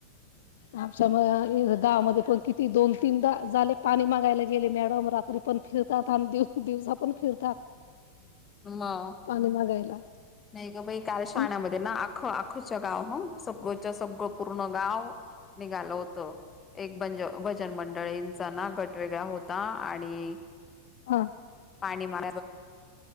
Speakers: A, on the left; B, on the left.
A: आमच्या म गावामध्ये पण किती दोन तीनदा झाले पाणी मागायला गेले मॅडम रात्री पण फिरतात आणि दिवसा पण फिरतात
B: म
A: पाणी मागायला
B: नाही ग बाई काल शाण्यामध्ये
A: पण
B: ना आख आखच गाव ह सगळंच सगळं पूर्ण गाव निघाल होत एक बंज भजन मंडळींचा ना गटवेेगळा होता आणि
A: हा
B: पाणी मा